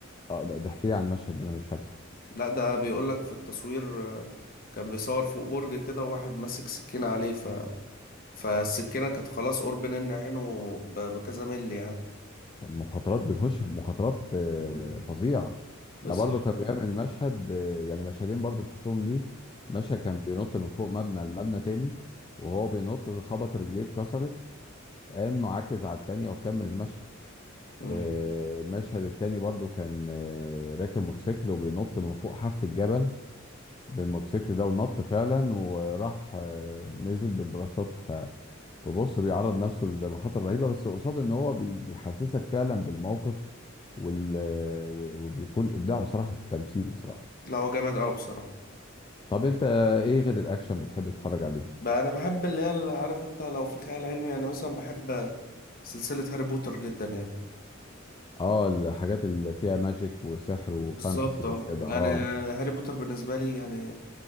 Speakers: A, on the left; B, on the left.
A: آه، ده ده احكي لي عن المشهد ده انا مش فاكره
B: لا ده بيقول لك في التصوير آه، كان بيصور فوق برج كده واحد ماسك سكينه عليه ف فالسكينه كانت خلاص قرب ان عينه ب... بكذا ملي يعني
A: المخاطرات بيخش في مخاطرات آه،
B: مم.
A: فظيعه
B: بالظبط
A: يعني برضو كان بيعمل مشهد آه، يعني مشهدين برضو شفتهم ليه مشهد كان بينط من فوق مبنى لمبنى تاني وهو بينط خبط رجليه اتكسرت قام معكز على التانية وكمل المشهد
B: مم.
A: آه، المشهد التاني برضو كان آه، راكب موتوسيكل وبينط من فوق حف الجبل بالموتوسيكل ده ونط فعلا وراح آه، نزل ببراشوت فبص بيعرض نفسه لمخاطر رهيبه بس قصاد ان هو بي- بيحسسك فعلا بالموقف وال... و- وبيكون ابداع بصراحه في التمثيل بصراحه
B: لا هو جامد قوي بصراحه
A: طب انت ايه غير الاكشن بتحب تتفرج عليه
B: بقى انا بحب اللي هي اللي عارف انت لو في خيال علمي يعني مثلا بحب سلسله هاري بوتر جدا يعني
A: اه الحاجات اللي فيها ماجيك وسحر وفانتسي
B: بالظبط
A: وكده
B: اه يعني
A: اه
B: هاري بوتر بالنسبه لي يعني